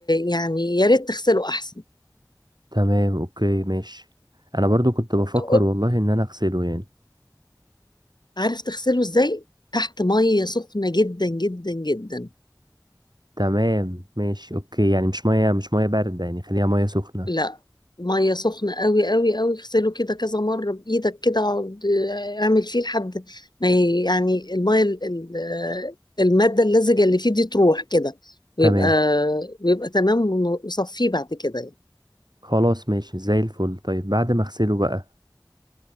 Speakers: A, on the left (about 75°); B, on the right (about 75°).
A: يعني يا ريت تغسله احسن
B: تمام اوكي ماشي انا برضو كنت بفكر
A: أو-
B: والله ان انا اغسله يعني
A: عارف تغسله ازاي؟ تحت مية سخنة جدا جدا جدا
B: تمام ماشي اوكي يعني مش مية مش مية باردة يعني خليها مية سخنة
A: لا ميه سخنه قوي قوي قوي اغسله كده كذا مره بايدك كده اقعد آه، اعمل فيه لحد ما ي- يعني الميه ال- ال- آه، الماده اللزجه اللي فيه دي تروح كده ويبقى
B: تمام
A: ويبقى تمام ون- وصفيه بعد كده يعني.
B: خلاص ماشي زي الفل طيب بعد ما اغسله بقى